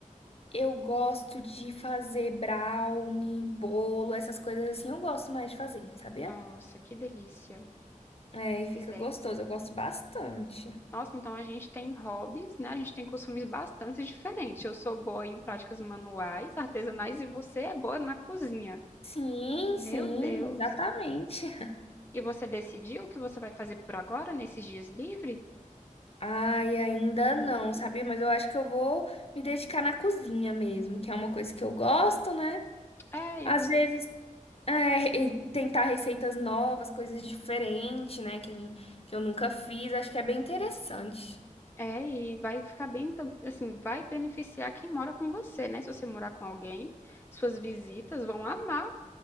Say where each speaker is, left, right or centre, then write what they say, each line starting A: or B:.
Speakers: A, on the left (about 45°); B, on the left (about 15°).
A: Eu gosto de fazer brownie, bolo, essas coisas assim. Eu gosto mais de fazer, sabia?
B: Nossa, que delícia.
A: É, e fica
B: Pois é.
A: gostoso. Eu gosto bastante.
B: Nossa, então a gente tem hobbies, né? A gente tem costumes bastante diferentes. Eu sou boa em práticas manuais, artesanais, e você é boa na cozinha.
A: Sim,
B: Meu
A: sim,
B: Deus.
A: exatamente. <laughs>
B: E você decidiu o que você vai fazer por agora, nesses dias livres?
A: Ai, ainda
B: Decidi.
A: não, sabia? Mas eu acho que eu vou me dedicar na cozinha mesmo, que é uma coisa que eu gosto, né?
B: É,
A: Às
B: e você
A: vezes, é, e tentar receitas novas, coisas diferentes, né? Que, a gente, que eu nunca fiz. Acho que é bem interessante.
B: É, e vai ficar bem, tam- assim, vai beneficiar quem mora com você, né? Se você morar com alguém, suas visitas vão amar